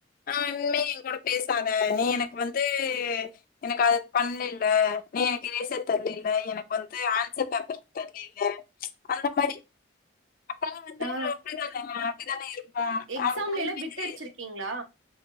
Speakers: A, on the left (about 45°); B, on the right (about 70°).
A: ஆ இனிமே நீ என் கூட பேசாத நீ எனக்கு வந்து து எனக்கு அது பண்ணில நீ எனக்கு எரேசர் தரல இல்ல வந்து ஆன்சர் பேப்பரு தரல இல்ல அந்த மாரி அப்பல்லா வந்து
B: ஆ
A: அப்டிதான அப்டிதான இருப்போ
B: எக்ஸாம்ல
A: அவனுக்கு ஒண்ணுமே
B: எல்லா பிட்
A: தெரியாது
B: அடிச்சிருக்கீங்ளா